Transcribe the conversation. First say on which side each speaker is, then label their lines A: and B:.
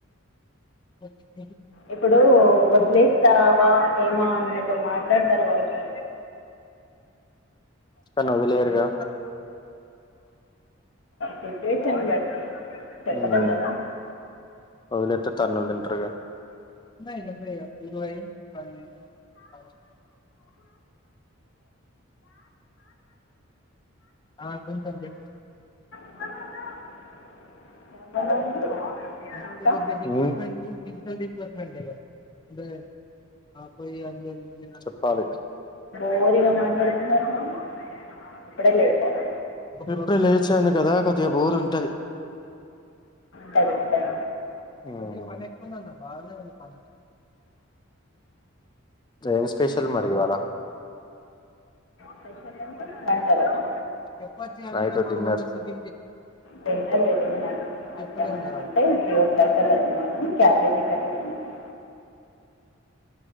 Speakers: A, on the left (about 20°); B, on the left (about 65°).
A: అఓ <inaudible>
B: ఇప్పుడు వదిలేస్తావా ఏమా అన్నట్టు మాట్లాడతారు వాళ్ళు
A: కానీ వదిలేయరు గా
B: సిచ్యువేషన్ బట్టి చెప్పలేం
A: ఉమ్
B: కదా
A: వదిలేస్తే తన్నులు తింటారు గా అ అంటయి ఇరువ పది <inaudible> ఆ కొంచెం బెట్టు
B: <inaudible>
A: డిపార్మెట్
B: ఇంకా
A: డిపార్మెట్ంట చెప్పాలి
B: పోరిగా మాట్లాడుతున్నారు మరి ఇప్పుడే లేచారా
A: ఇప్పుడు లేచాను కదా కొద్దిగా బోరు ఉంటది
B: సరే సరె
A: మకు బాగా ఇంకా ఏం స్పెషల్ ఉంటది మరి ఇవాళ
B: స్పెషల్ ఏంట వంటలోనా
A: చెప్ప దిసిన్ని
B: తిన్నది తెలియదు నాకు మధ్యాహ్నం
A: చెప్పలేంద
B: అంటే త్రీ ఓ క్లాక్ అలా తిన్నాను క్యాబేజీ కర్రీ తిన్నాను